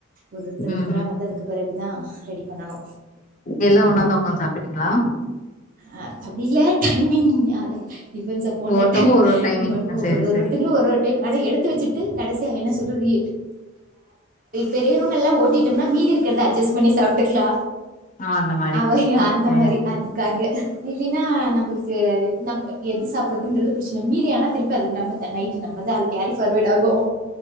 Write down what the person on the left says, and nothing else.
ம்
ம்
எல்லா ஒண்ணாதா உக்க்காந்து சாப்டுவீங்ளா
ஒவ்வொருத்தவங்க
ஒரு டைமிங்
ஆ செரி
செரி
ஆ அந்த மாரி
ஓகே